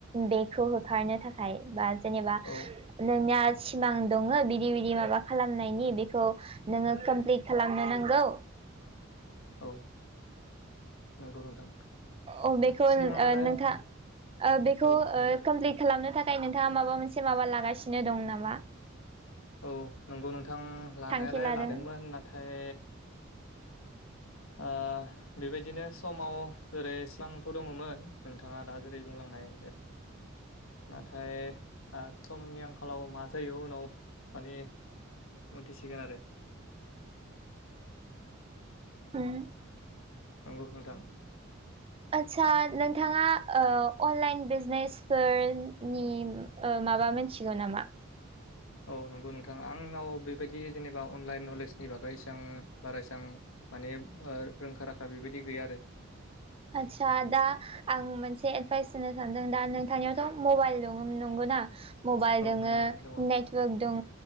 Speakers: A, on the right; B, on the left.
A: बेखौ होखारनो थाखाय बा जेनेबा
B: औ
A: नोंना सिमां दङ बिदि बिदि माबा खालामनायनि बेखौ नोङो कमप्लिट खालामनो नांगौ
B: औ नंगौ नोंथां
A: अ बेखौ
B: सिमाङालाय
A: नोंथाङ बेखौ
B: औ नंगौ
A: कमप्लिट खालामनो थाखाय नोंथाङा माबा मोनसे माबा लागासिनो दं नामा
B: औ नंगौ नोंथां लानायालाय
A: थांखि लादों
B: लादोंमोन नाथाय ओ बेबायदिनो समाव जेरै सिबांथ' दङमोन नोंथाङा दा जेरै बुंलांनाय नाथाय समनि आंखालाव मा जायो उनाव माने मोनथिसिगोन आरो
A: उम
B: नंगौ नोंथां
A: आदसा नोंथाङा अनलाइन बिजनेसफोरनि माबा मोनथिगौ नामा?
B: औ नंगौ नोंथाङा आंनाव बेबायदि जेनेबा अनलाइन नलेजनि बागै एसेबां बारा एसेबां माने रोंखा राखा बेबायदि गैया आरो
A: आदसा आदा आं मोनसे एदभाइस होनो सानदों दा नोंथांनियावथ' मबाइल दं नंगौना मबाइल
B: औ
A: दङ
B: नंगौ नोंथां दङ औ
A: नेटवर्क दङ